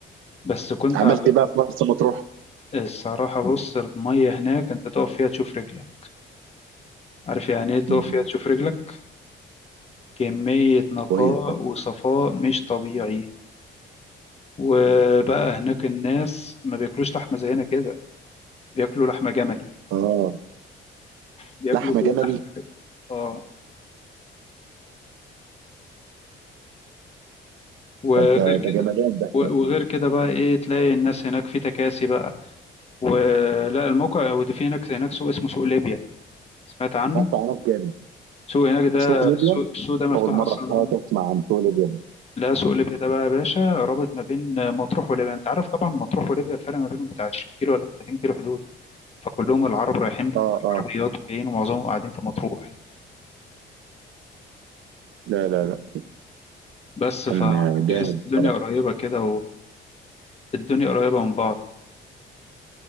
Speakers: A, on the left (about 30°); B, on the right (about 85°).
A: بس كنت
B: عملت
A: على
B: ايه بقى في مرسى مطروح
A: الصراحه بص الميه هناك انت تقف فيها تشوف رجلك عارف يعني ايه تقف
B: مم.
A: فيها تشوف رجلك كميه نقاء
B: كويس
A: وصفاء مش طبيعي وبقى هناك الناس ما بياكلوش لحمة زينا كده بياكلوا لحمة جملي
B: اه
A: بياكلوا
B: لحمه جملي
A: لحمة اه وغير
B: طب ده ده
A: كده
B: جمدان ده
A: وغير كده بقى ايه تلاقي الناس هناك في تكاسي بقى ولا الموقع ودي في هناك هناك سوق اسمه سوق ليبيا سمعت عنه
B: رحت هناك جامد
A: سوق هناك ده
B: سوق ليبيا
A: السوق السوق ده مفتوح
B: اول مره
A: اصلا
B: في حياتي
A: آه.
B: اسمع عن سوق ليبيا ده
A: لا سوق ليبيا ده بقى يا باشا رابط ما بين مطروح وليبيا انت عارف طبعا مطروح وليبيا الفرق ما بينهم بتاع 20 كيلو ولا 30 كيلو حدود فكلهم العرب رايحين بالعربيات
B: اه اه
A: وجايين ومعظمهم قاعدين في مطروح
B: لا لا لا
A: بس
B: كان
A: فتحس
B: جامد
A: الدنيا
B: طبعا
A: قريبة كده والدنيا قريبة من بعض